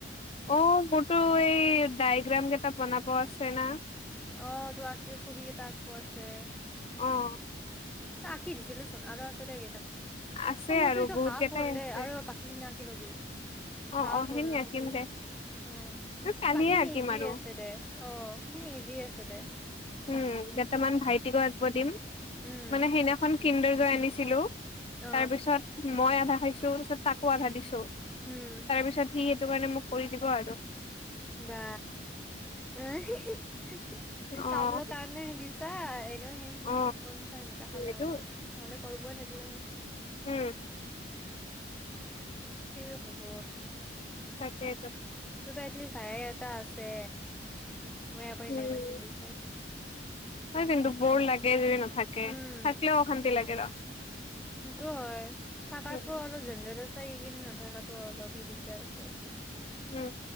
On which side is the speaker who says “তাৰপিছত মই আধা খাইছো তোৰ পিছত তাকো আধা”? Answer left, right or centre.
Left